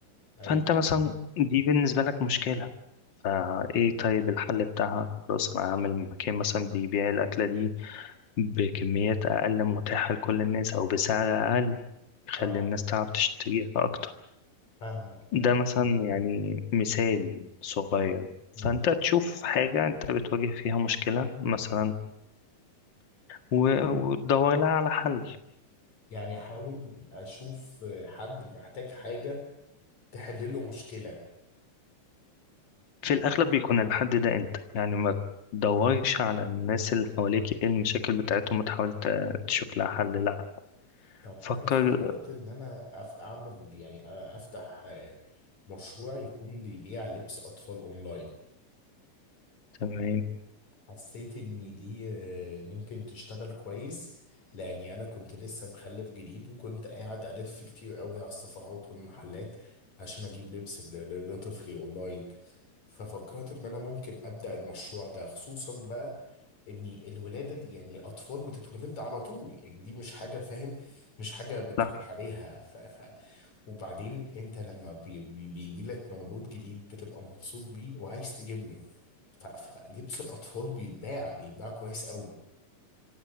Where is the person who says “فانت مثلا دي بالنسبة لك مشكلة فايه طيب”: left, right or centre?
Left